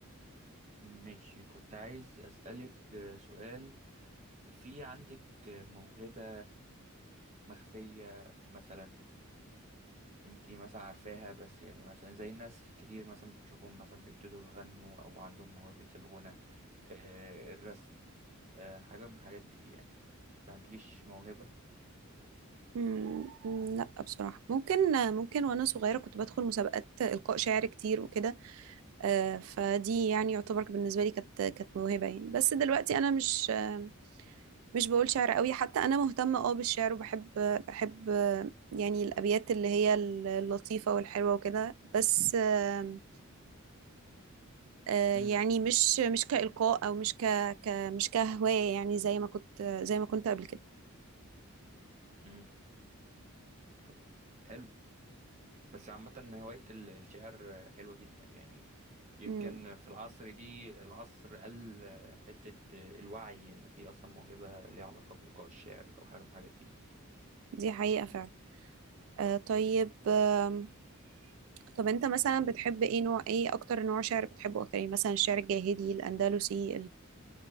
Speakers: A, on the right; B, on the right.
A: ماشي كنت عايز أسألك آه، سؤال في عندك آه، موهبة مخفية مثلا انتي مثلا عارفاها بس يعني مثلا زي الناس كتير مثلا بنشوفهم مثلا بيبتدوا يغنوا أو عندهم موهبة الغنى آه، الرسم آه، حاجة من الحاجات دي يعني ما عندكيش موهبة
B: امم لا بصراحة ممكن ممكن وانا صغيرة كنت بدخل مسابقات إلقاء شعر كتير وكده آه، فدي يعني يعتبر بالنسبة لي كانت كانت موهبة يعني بس دلوقتي أنا مش آه، مش بقول شعر قوي حتى أنا مهتمة اه بالشعر وبحب بحب آه، يعني الأبيات اللي هي اللطيفة والحلوة وكده بس آه، آه،
A: امم
B: يعني مش مش كإلقاء أو مش ك ك مش كهواية يعني زي ما كنت زي ما كنت قبل كده
A: امم طب حلو بس عامة هواية ال- الشعر حلوة جدا يعني يمكن
B: مم،
A: في العصر دي العصر قل حتة الوعي إنه في أصلا موهبة ليها علاقة بإلقاء الشعر أو حاجة من الحاجات دي
B: دي حقيقة فعلا آه، طيب آم، طب انت مثلا بتحب ايه نوع ايه اكتر نوع شعر بتحبه اكتر يعني مثلا الشعر الجاهلي الاندلسي